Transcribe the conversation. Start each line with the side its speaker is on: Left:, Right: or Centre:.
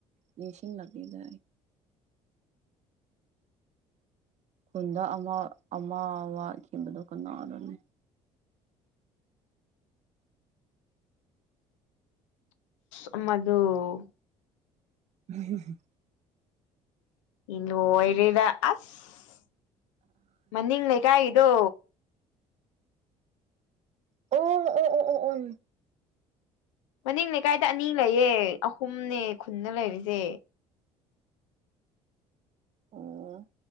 Right: ꯅꯤꯡꯁꯤꯡꯂꯕꯤꯒ ꯈꯨꯟꯗ ꯑꯃ ꯑꯃ ꯑꯃꯋꯥꯠꯈꯤꯕꯗꯣ ꯀꯅꯅꯣꯅꯦ
Left: ꯑꯃꯗꯣ
Right: ꯎꯝ
Left: ꯂꯣꯏꯔꯦꯗ ꯑꯁ ꯃꯅꯤꯡ ꯂꯩꯀꯥꯏꯒꯤꯗꯣ
Right: ꯑꯣ ꯑꯣ ꯑꯣ ꯑꯣ
Left: ꯃꯅꯤꯡ ꯂꯩꯀꯥꯏꯗ ꯑꯅꯤ ꯂꯩꯌꯦ ꯑꯍꯨꯝꯅꯦ ꯈꯨꯟꯅ ꯂꯩꯔꯤꯁꯦ
Right: ꯑꯣ